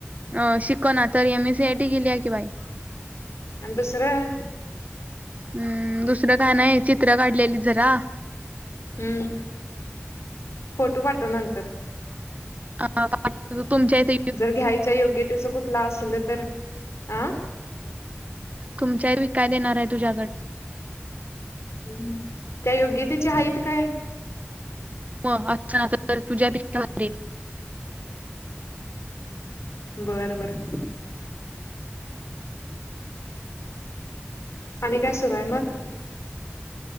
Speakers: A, on the right; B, on the left.
A: अ शिक ना तर, M S C I T केली आहे की बाई.
B: आणि दुसरं.
A: उम्म दुसरं काय नाही, चित्र काढलेली जरा.
B: हुं. फोटो पाठव नंतर.
A: अ पाठवतो तुमच्या इथ
B: जर घ्यायच्या योग्यतेच कुठला असल तर? अ
A: तुमची आई वीकाय देणार हाय तुझ्याकड.
B: ह् त्या योग्यतेचे हायित काय?
A: म असं ना तर, तुझ्यापेक्षा भारी येत.
B: बर बर. आणि काय सुरू हाय मग?